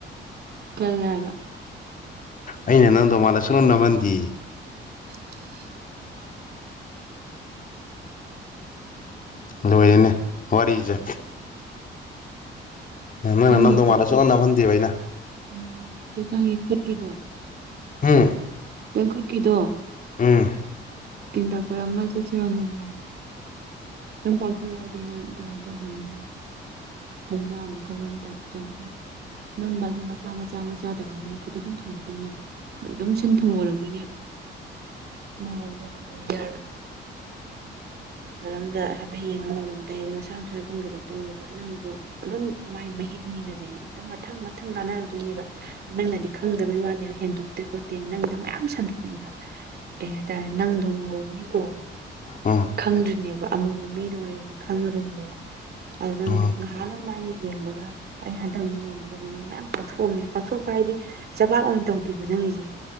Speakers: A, on the right; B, on the left.
A: ꯀꯜꯂꯦ ꯍꯥꯏꯕ
B: ꯑꯩꯅ ꯅꯝꯗꯧ ꯃꯥꯥꯟꯂ ꯁꯨꯡꯅꯝ ꯅꯝꯍꯟꯗꯦꯌꯦ
A: ꯑ <unintelligible>
B: ꯂꯣꯏꯔꯦꯜꯅꯦ ꯋꯥꯔꯤꯁꯦ ꯅꯪ ꯅꯪ
A: ꯅꯪꯒꯤ
B: ꯅꯝꯗꯧ
A: ꯈꯨꯠ
B: ꯃꯥꯥꯜꯂ ꯁꯨꯡꯅꯝꯅ ꯅꯝꯍꯟꯗꯦꯕ ꯑꯩꯅ
A: ꯎꯝ ꯇꯨ ꯅꯪꯒꯤ ꯈꯨꯠꯒꯤꯗꯣ
B: ꯎꯝ
A: ꯗꯣ ꯈꯨꯠꯀꯤꯗꯣ
B: ꯎꯝ
A: ꯏꯁꯀꯤꯟ ꯇꯥꯛꯇꯔ ꯑꯃ ꯆꯠꯁꯤꯔꯣ ꯅꯣꯡꯃ ꯅꯪ ꯄꯥꯚꯊꯣꯔꯛꯑꯗꯤ ꯅꯪ ꯀꯩꯅꯣ ꯇꯧꯕꯅꯤ ꯂꯩꯅꯥ ꯃꯈꯜ ꯑꯃꯥ ꯇꯥꯏꯄ ꯇꯥ ꯇꯧꯏ ꯑꯗꯨꯝ ꯃꯆꯥ ꯃꯆꯥ ꯃꯆꯥ ꯇꯧꯔꯒꯅꯤ ꯈꯨꯠꯇ ꯁꯨꯝ ꯊꯨꯡꯉꯛꯇꯣꯏꯅꯦꯕ ꯑꯗꯨꯝ ꯁꯤꯟ ꯊꯨꯝ ꯃꯔꯛꯇꯣꯏꯅꯦꯕ ꯊꯧꯗꯣꯏ ꯍꯧꯗꯣꯏ ꯌꯥꯔꯣꯏꯒꯗꯣ ꯗꯣꯛꯇꯔ ꯑꯝꯗ ꯍꯥꯏꯐꯦꯠ ꯌꯦꯡꯉ ꯃꯣꯂꯣꯝ ꯇꯩꯔꯦ ꯃꯁꯥ ꯃꯊꯟꯗ ꯀꯪꯁꯤꯜꯂꯛꯇꯣꯏꯅꯦꯕ ꯅꯪ ꯑꯗꯨ ꯑꯗꯨꯝ ꯃꯥꯏ ꯃꯍꯤꯛꯅꯤꯅꯅꯦ ꯑꯗꯨꯝ ꯃꯊꯪ ꯃꯊꯪ ꯂꯥꯟꯅꯔꯛꯇꯣꯏꯅꯦꯕ ꯅꯪꯅꯗꯤ ꯈꯪꯗꯕꯩ ꯋꯥꯅꯦꯕ ꯍꯦꯟꯗꯣꯛꯇꯦ ꯈꯣꯠꯇꯦꯅ ꯅꯪꯒꯤꯗꯣ ꯃꯌꯥꯝ ꯁꯟꯗꯣꯔꯛꯑꯦꯕ ꯀꯩ ꯍꯥꯏꯇꯥꯔꯦ ꯅꯪꯗꯣꯡ ꯉꯧꯕꯒꯤꯀꯣ
B: ꯎꯝ
A: ꯈꯪꯗ꯭ꯔꯤꯅꯦꯕ ꯑꯃꯨꯕ ꯃꯤꯗ ꯑꯣꯏꯔꯗꯤ ꯈꯪꯗꯧꯅꯦꯕ ꯑꯗꯨ ꯅꯪ
B: ꯎꯝ
A: ꯅꯍꯥꯟꯅꯃꯥꯏ ꯌꯦꯡꯕꯒ ꯑꯩ ꯍꯟꯊꯛ ꯌꯦꯡꯕꯒꯗꯤ ꯑꯗꯨ ꯃꯌꯥꯝ ꯄꯥꯛꯊꯣꯛꯑꯅꯦ ꯄꯥꯛꯊꯣꯛꯄ ꯍꯥꯏꯗꯤ ꯆꯄꯥꯛ ꯑꯣꯏꯅ ꯇꯧꯗꯦꯕ ꯅꯪꯒꯤꯁꯦ